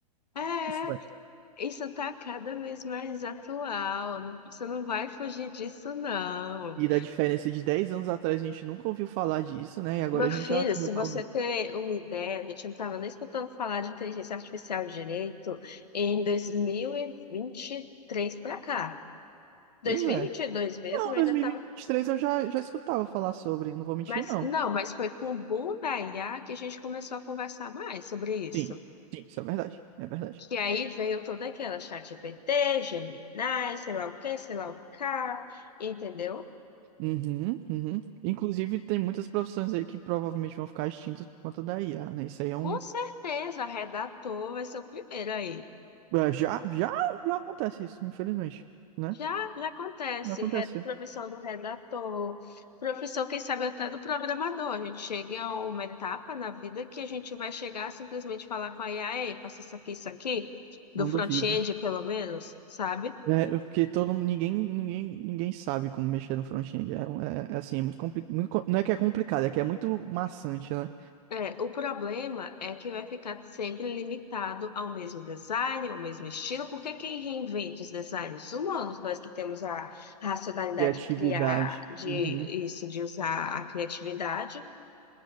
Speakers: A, on the left (about 85°); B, on the right (about 40°).
A: É,
B: Isso vai.
A: isso tá cada vez mais atual, não- você não vai fugir disso, não.
B: E da diferença de dez anos atrás a gente nunca ouviu falar disso, né? E agora
A: Meu
B: a
A: filho,
B: gente já, já
A: se
B: tá
A: você ter uma ideia, a gente não estava nem escutando falar de inteligência artificial direito em dois mil e e vinte e três para cá. Dois
B: Pois
A: mil
B: é.
A: e e vinte e dois mesmo,
B: Não,
A: ainda
B: 2023
A: estava.
B: eu já, já escutava falar sobre, não vou mentir,
A: Mas
B: não.
A: não, mas foi com o boom da IA que a gente começou a conversar mais sobre isso.
B: Sim, sim, isso é verdade. É verdade.
A: Que aí veio toda aquela ChatGPT, Gemini, sei lá o que, sei lá o que, entendeu?
B: Uhum, uhum. Inclusive, tem muitas profissões aí que provavelmente vão ficar extintas por conta da IA, né? Isso aí é
A: Com
B: um.
A: certeza, redator vai ser o primeiro aí.
B: é, Já, já, já acontece isso, infelizmente, né?
A: Já, já acontece,
B: Já Acontece.
A: re- profissão do redator, profissão, quem sabe, até do programador. A gente chega a uma etapa na vida que a gente vai chegar a simplesmente falar com a IA, ei, faça isso aqui, isso aqui, do
B: Não
A: front-end,
B: duvido.
A: pelo menos, sabe?
B: É, porque todo mundo- ninguém, ninguém, ninguém sabe como mexer no front-end. É, um- é- é assim, é muito complicado. Muito, co- não é que é complicado, é que é muito maçante, né?
A: É, o problema é que vai ficar sempre limitado ao mesmo design, ao mesmo estilo, porque quem reinventa os designs humanos, nós que temos a racionalidade
B: Criatividade.
A: de criar, de
B: Uhum.
A: isso, de usar a criatividade,